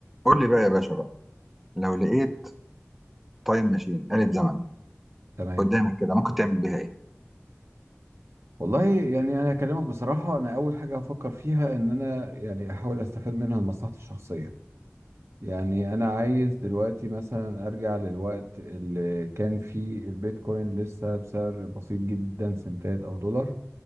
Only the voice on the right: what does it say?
تمام
والله يعني انا اكلمك بصراحه انا اول حاجه هفكر فيها ان انا يعني احاول استفاد منها لمصلحتي الشخصيه يعني انا عايز دلوقتي مثلا ارجع للوقت اللي كان فيه البيتكوين لسه بسعر بسيط جدا سنتات او دولار